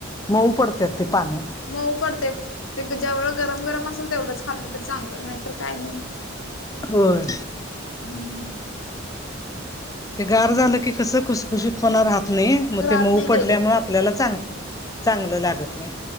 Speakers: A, on the left; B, on the left.
A: मऊ पड त्यात ते पानं.
B: मऊ पडतय. ते जेवढं गरम गरम असेल तेवढंच खाल्लं तर चांगलं नाही तर काय नाही.
A: होय.
B: हम्म.
A: ते गार झालं की कसं खुसखुशीतपणा राहत नाही. मग
B: राहत
A: ते मऊ
B: नाही
A: पडल्यामुळे
B: त्याच
A: आपल्याला चांग चांगलं लागत नाही.